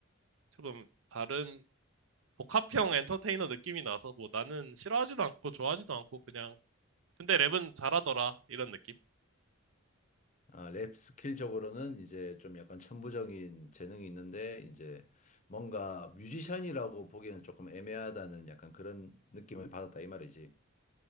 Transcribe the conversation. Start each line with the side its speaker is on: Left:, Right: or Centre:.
Right: 조금 다른 복합형 엔터테이너 느낌이 나서 뭐 나는 싫어하지도 않고 좋아하지도 않고 그냥 근데 랩은 잘하더라 이런 느낌?
Left: 아, 랩 스킬적으로는 이제 좀 약간 천부적인 재능이 있는데 이제 뭔가 뮤지션이라고 보기에는 조금 애매하다는 약간 그런 느낌을 받았다 이 말이지.